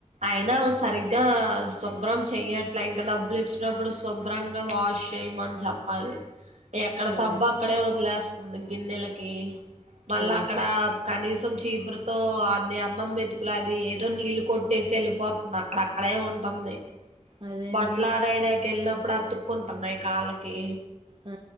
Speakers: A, on the right (about 75°); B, on the right (about 45°).
A: అయినా ఆమె సరిగ్గా శుభ్రం చెయ్యట్ల ఇంక డబ్బులు ఇచ్చినప్పుడు శుభ్రంగా వాష్ చేయ మం చెప్పాలి ఎక్కడ
B: ఆ,
A: సబ్బు అక్కడే వదిలేస్తంది గిన్నెలకి మళ్ళా
B: ఆ,
A: అక్కడ కనీసం చీపురుతో అది అన్నం మెతుకుల అది ఏదో నీళ్ళు కొట్ చేసి వెళ్ళిపోతుంది అక్కడ అక్కడే ఉంటుంది
B: అదేంటి
A: బట్టలారేయడానికి వెళ్ళినప్పు అప్పుడు అతుక్కుంటున్నాయి కాళ్ళకి
B: ఆ,